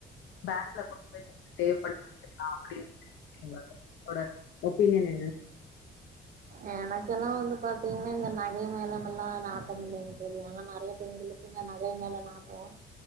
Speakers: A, on the left; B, on the right.
A: பேங்க்ல கொண்டு போய் சேவ் பண்ணி வச்சுக்கலாம் அப்டின்னிட்டு இருக்கிங்ளா தோழி உங்களோட ஒப்பீனியன் என்ன
B: எனக்கெல்லாம் வந்து பாத்தீங்ன்னா இந்த நகை மேலமெல்லாம் நாட்டம் இல்லைங்க தோழி ஆனா நறைய பெண்களுக்கு நகை மேல நாட்டோம்